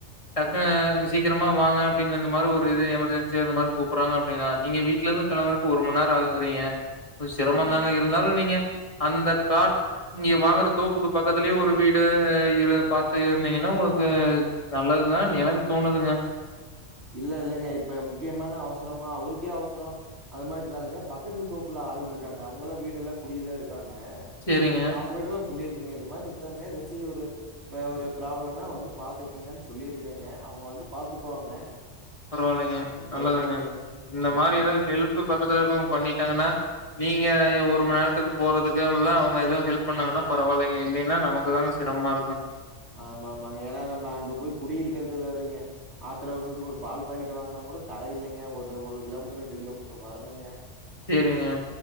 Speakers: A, on the left; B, on the right.
A: டக்குனு சீக்கரமா வாங்க அப்டின்னு அந்த மாரி ஒரு இது எமர்ஜென்சி அந்த மாரி கூப்புட்றாங்க அப்டின்னா நீங்க வீட்லருந்து கெளம்புறக்கு ஒரு மணி நேரொ ஆகுங்குறீங்க கொஞ்ச சிரமந்தாங்க
B: ம், ம்.
A: இருந்தாலு நீங்க அந்த கா நீங்க வாங்குற தோப்புக்கு பக்கத்துலயே ஒரு வீடு இரு பாத்து இருந்தீங்கன்னா உங்களுக்கு நல்லதுதான்னு எனக்கு தோனுதுங்க
B: இல்ல இல்லைங்க இப்ப முக்கியமான அவசரமா அவருக்கே அவசரொ அது மாரி இருந்தாலுங்க பக்கத்து தோப்புல ஆள் இருக்காங்க அவுங்க லா வீடுல்ல குடிதா இருக்காங்க
A: சரிங்க,
B: அவுங்க கிட்ட லா சொல்லிருக்குங்க இது மார் இருக்காங்க எதாச்சி ஒரு ப்ப ஒரு ப்ராப்ளம்னா வந்து பாத்துக்குங்கன் சொல்லிருக்கங்க அவுங்க வந்து பாத்துக்குவாங்க
A: பரவால்லைங்க
B: ஒண்ணும்
A: நல்லதுங்க
B: பிரச்சனை இல்லைங்க.
A: இந்த
B: ம்.
A: மாரி எதாது ஹெல்ப்பு பக்கத்துல இருக்கவங்க பண்ணிட்டாங்கன்னா நீங்க ஒரு மணி நேரத்துக்கு போறதுக்கு உள்ள அவங்க ஏதோ ஹெல்ப் பண்ணாங்கனா பரவாலைங்க இல்லைன்னா நமக்கு தாங்க சிரமமா இருக்கூ
B: ஆமா ஆமாங்க ஏனா நம்ம அங்க போய் குடியிருக்கறது வேறங்க ஆத்ர அவசரத்துக்கு ஒரு பால் பாக்கெட்டு வாங்குனா கூட கட இல்லைங்க ஒரு ஒரு கிலோ மீட்ரு ரெண்டு கிலோ மீட்ரு வரணுங்க
A: சரிங்க.